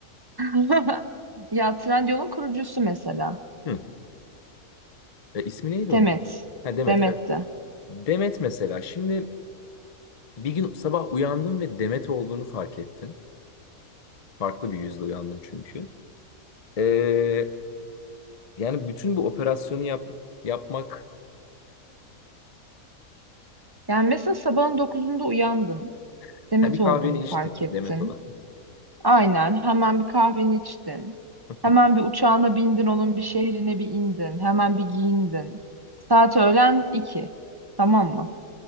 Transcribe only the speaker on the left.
<laughs> Hı. E, ismi neydi
onun? Ha Demet
evet. Demet mesela şimdi bir gün sabah uyandın ve Demet olduğunu fark ettin. Farklı bir yüzle uyandın çünkü. E, yani bütün bu operasyonu yap, yapmak
<laughs>
bir kahveni
içtin
Demet olan.
<laughs>